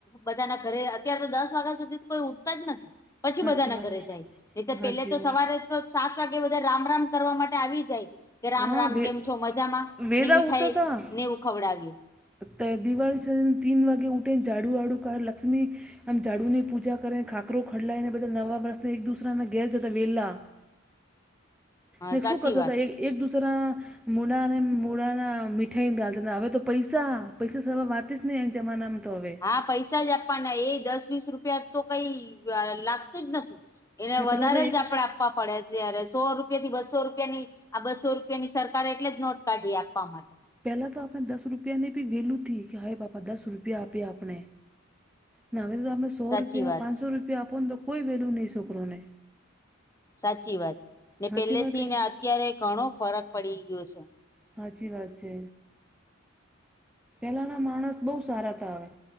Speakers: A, on the left; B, in the centre.
A: બધા ના ઘરે અત્યાર તો દસ વાગ્યા સુધી કોઈ ઉઠતા જ નથી પછી
B: હાચી
A: બધા ના
B: વાત
A: ઘરે જાય ન તો
B: હાચી
A: પેલે તો
B: વાત
A: સવારે તો સાત વાગે એટલે બધા રામ રામ કરવા માટે આવી જાય કે રામ
B: હા
A: રામ
B: વે
A: કેમ છો મજામાં
B: વેલા
A: ને મીઠાઈ
B: ઉઠતા હતા
A: નેવું ખવડાવીએ
B: તે દિવાળી સ તીન વાગે ઉઠેને ઝાડુવાડું કાઢ લક્ષ્મી આમ ઝાડુ ની પૂજા કરે ને ખાકરો ખડલાયને બધા નવા વર્ષને એક દુસરાના ઘેર જતા વેલા
A: હા
B: ને શું
A: સાચી
B: કરતા
A: વાત
B: હતા એક દુસરા મૂળને મૂળ ના મીઠાઈ ડાલતા હવે તો પૈસા પૈસા સવા વાચ જ ને એ જમાનામાં તો હવે
A: હા પૈસા જ આપવાના એ દસ વીસ રૂપિયા તો કઈ લાગતું જ નથી એને
B: ને
A: વધારે
B: પહેલા તો એક
A: જ આપડે આપવા પડે ત્યારે સો રૂપિયા થી બસો રૂપિયા ની આ બસો રૂ ની સરકારે એટલે જ નોટ કાઢી આપવા માટે
B: પહેલા તો આપણે દસ રૂપિયાની ભી વેલુથી કે હા પાપા દસ રૂપિયા આપ્યા આપણે ના હવે તો આપને સો
A: સાચી
B: રૂપિયા
A: વાત
B: પાંચસો
A: છે
B: રૂપિયા આપો ને તો કોઈ વેલ્યુ નહીં છોકરોને
A: સાચી વાત ને
B: સાચી
A: પેલે
B: વાત
A: થી
B: હે
A: ને
B: કે
A: અત્યારે ઘણો ફરક પડી ગયો છે
B: સાચી વાત છે પેલાના માણસ બહુ સારા હતા આવે